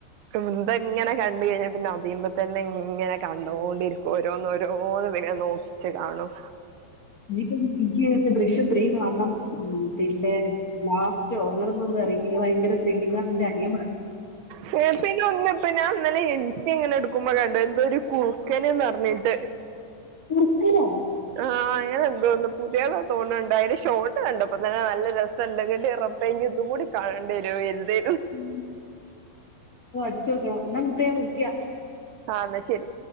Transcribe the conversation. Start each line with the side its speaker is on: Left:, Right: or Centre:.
Right: എന്തെങ്ങനെ കണ്ട് കഴിഞ്ഞ പിന്നെ അതിമ്മേ തന്നെ ഇങ്ങനെ കണ്ടോണ്ടിരിക്കും ഓരോന്നോഓരോന്ന് പിന്നെ നോക്കിച്ചു കാണും
Left: <unintelligible> ദൃശ്യം ത്രീ കാണണം ഉ പിന്നെ ബ്ലാസ്റ്റോ അങ്ങനെന്തോ ഒന്നെറങ്ങി ഭയങ്കര ത്രില്ലിങ്ങാ നിന്റെ അനിയൻ പറഞ്ഞ്
Right: പിന്നെ പിന്നെ ഒന്ന് ഇപ്പൊ ഞാൻ ഇന്നലെ ഇൻസ്റ്റ ഇങ്ങനെ എടുക്കുമ്പോ കണ്ട് ഒരു കുറുക്കനന്ന്റഞ്ഞിട്ട്
Left: ഉർക്കലോ
Right: ആഹ് ഞാൻ എന്തോന്ന് പുതിയതാ തോന്നണണ്ട് അതിന് ഷോർട്ട് കണ്ടപ്പൊ തന്നെ നല്ല രസം എണ്ട് ണ്ടെങ്കി ഉറപ്പെങ്കി ഇതും കൂടി കാണണ്ടി വരു വെരുതെ
Left: ഉം <unintelligible> ച്ചോക്കണം എന്നാ മുത്തേ ഞാൻ വിളിക്ക
Right: ആന്ന ശരി